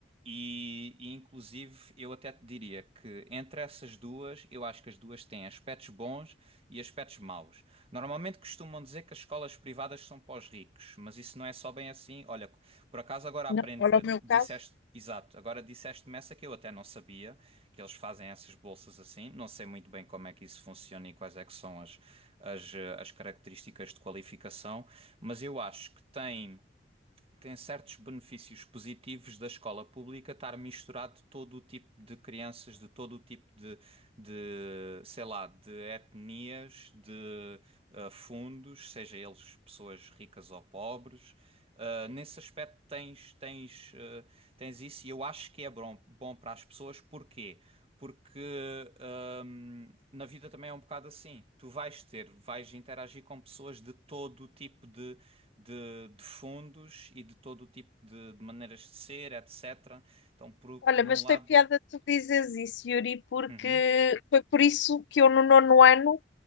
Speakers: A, on the right (about 35°); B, on the left (about 75°).
A: E, e inclusive eu até te diria que entre essas duas, eu acho que as duas têm aspectos bons e aspectos maus. Normalmente costumam dizer que as escolas privadas são para os ricos, mas isso não é só bem assim. Olha, por acaso agora
B: Não,
A: aprendi,
B: olha
A: eh,
B: o meu
A: disseste,
B: caso.
A: exato, agora disseste-me essa que eu até não sabia, que eles fazem essas bolsas assim. Não sei muito bem como é que isso funciona e quais é que são as, as, eh, as características de qualificação, mas eu acho que tem tem certos benefícios positivos da escola pública estar misturado todo o tipo de crianças, de todo o tipo de, de sei lá, de etnias, de ah, fundos, seja eles pessoas ricas ou pobres. Ah, nesse aspecto tens, tens, ah, tens isso e eu acho que é bom, bom para as pessoas. Porquê? Porque hum, na vida também é um bocado assim. Tu vais ter, vais interagir com pessoas de todo o tipo de, de, de fundos e de todo o tipo de, de maneiras de ser, etc. Então, por,
B: Olha,
A: por
B: mas
A: um lado.
B: tem piada tu dizes isso, Yuri, porque
A: Uhum,
B: foi por isso que eu no nono ano